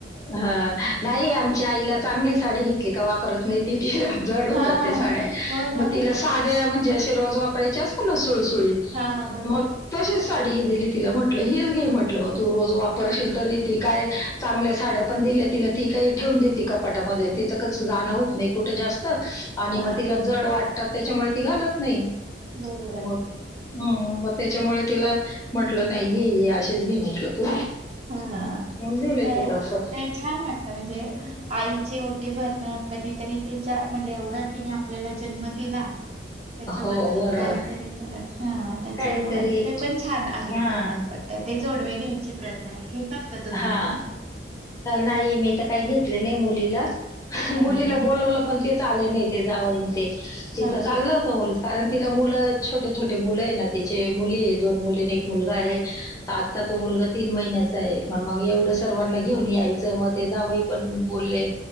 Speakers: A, on the left; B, on the right.
A: ह नाही आमच्या आईला चांगली साडी घेतली का वापरत नाही त तिला जड होतात
B: हां,
A: त्या साड्या
B: हो
A: मग
B: ना.
A: तिला साध्या म्हणजे असे रोज वाप वापरायचे असता ना सुळसुळीत
B: हां, बरोबर.
A: मग तशीच साडी दिली तिला म्हटलं हीच घे म्हटलं मग तू रोज वापरशील तरी ती काय चांगल्या साड्या पण दिल्या तिला ती काही ठेवून देत कपाटामध्ये तिचं क जाणं होत नाही कुठं जास्त. आणि
B: हां,
A: मग तिला जड वाटतात त्याच्यामुळे ती घालत नाही
B: बरोबर.
A: हो. ह मग त्याच्यामुळे तिला म्हटलं नाही घे अशी च घे म्हटलं तू
B: हा
A: मग दिले
B: ते
A: तिला असं
B: ते छान वाटत म्हणजे आईची ओटी भरणं. कधीतरी तिचा म्हणजे एवढा तिने आपल्याला जन्म दिला. त्याच्याबद्दल
A: हो बरोबर
B: काहीतरी परत हा त्याच्यामुळे
A: काहीतरी
B: ते पण छान अधिक
A: हा
B: महिन्यात वाटतं. ते जोडव्या घ्यायची प्रथा आहे घेतात का तुम्ही
A: हा
B: का नाही?
A: नाही मी तर काही घेतले नाही मुलीला. मुलीला
B: हा हा
A: बोलावलं पण ति चाले नेते जावानचे. तिथं
B: हो ना
A: चाल मुल कारण तिला मुलं, छोटे- छोटे मुलंय ना, तिचे. मुलीय. दोन मुली न एक मुलगाय. ता ता तो मुलगा तीन महिन्याचाय. पण मग एवढं, सर्वांना घेऊन यायचं. मग ते जावई पण बोलले.